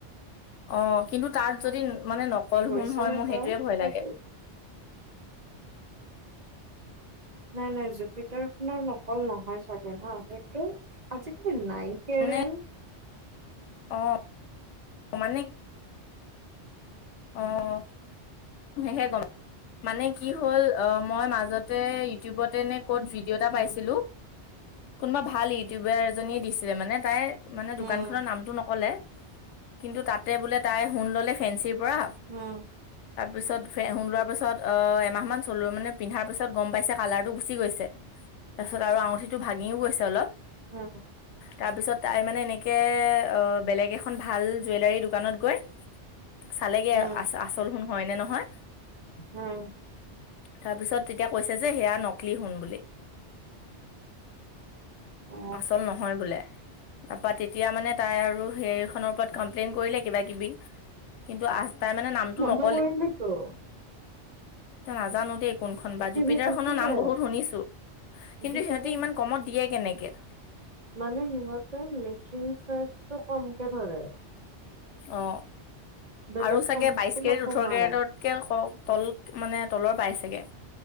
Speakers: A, on the left; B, on the right.
A: অ কিন্তু তাত যদি মানে নকল
B: গৈছনে
A: সোণ হয় মোৰ
B: তই?
A: সেইটোয়ে ভয় লাগে। <inaudible>
B: নাই নাই জুপিটাৰ খনৰ নকল নহয় চাগে হা, সেইটো আজিকালি নাই <unintelligible>
A: মানে অ মানে অহ। হে গম মানে কি হ'ল অ মই মাজতে ইউটিউবতেনে ক'ত ভিডিঅ' এটা
B: উম
A: পাইছিলো, কোনোবা ভাল ইউটিউবাৰ এজনীয়ে দিছিলে, মানে তাই মানে
B: উম
A: দোকান খনৰ নামটো নকলে, কিন্তু তাতে বোলে তাই সুণ ললে ফেঞ্চিৰ বৰা
B: উম
A: ত পিছতে শুনোৱাৰ পিছত অ এমাহ মান চলো মানে পিন্ধাৰ পিছত গম পাইছে কালাৰ টো গুচি গৈছে। তাৰপিছত আৰু আঙুঠিটো ভাঙিও গৈছে অলপ।
B: উম।
A: তাৰপিছত তাই মানে এনেকে বেলেগ এখন ভাল জুৱেলাৰী দোকানত গৈ, চালেগে
B: উম উম
A: আ আচল সোন হয় নে নহয়।
B: উম।
A: তাৰ পিছত তেতিয়া কৈছে যে সেয়া নকলি সোন বুলি।
B: অ
A: আচল নহয় বোলে। তাৰপা তেতিয়া মানে তাই আৰু হে খনৰ ওপৰত কমপ্লেইন কৰিলে কিবা কিবি। কিন্তু আচতাই মানে নামটো ন-
B: নকৰিলে কিয়।
A: এয়া নাজানো দেই কোনখন বা
B: টিভিত
A: জুপিতাৰ
B: দিছিলে
A: খনৰ নাম বহুত শুনিছো। কিন্তু
B: জুপিটাৰ
A: সিহঁতে ইমান কমত দিয়ে কেনেকে।
B: মানে সিহঁতে মেকিং চাৰ্জ কমকে ধৰে।
A: অ
B: বেলেগ
A: আৰু চাগে
B: কম
A: বাইশ
B: কোনো
A: কেৰেট,
B: কমাই
A: ওঠৰ কেৰেটতকে কও তল মানে তলৰ পাই চাগে।